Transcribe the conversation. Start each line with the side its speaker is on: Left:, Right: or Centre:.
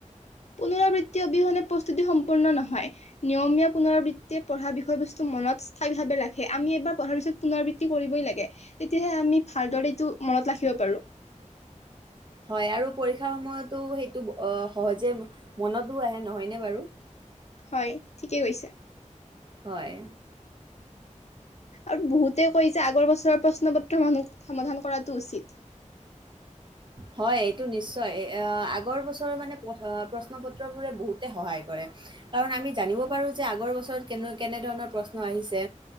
Left: পুনৰাবৃত্তি অবিহনে প্ৰস্তুতি সম্পূৰ্ণ নহয়, নিয়মীয়া পুনৰাবৃত্তিয়ে পঢ়া বিষয়বস্তু মনত স্থায়ীভাৱে ৰাখে, আমি এইবাৰ পঢ়াৰ পিছত পুনৰাবৃত্তি কৰিবই লাগে, তেতিয়াহে আমি ভালদৰে এইটো মনত ৰাখিব পাৰো।
Right: হয় আৰু পৰীক্ষাৰ সময়তো সেইটো সহজে মনতো আহে নহয়নে বাৰু
Left: হয় ঠিকেই কৈছে।
Right: হয়
Left: আৰু বহুতে কয় যে আগৰ বছৰৰ প্ৰশ্নপত্ৰ সমূহ সমাধান কৰাটো উচিত
Right: হয় এইটো নিশ্চয় আহ আগৰ বছৰৰ মানে প্ৰশ্ন পত্ৰ বোৰে বহুতে সহায় কৰে, কাৰণ আমি জানিব পাৰো যে আগৰ বছৰত কেনে কেনেধৰণৰ প্ৰশ্ন আহিছে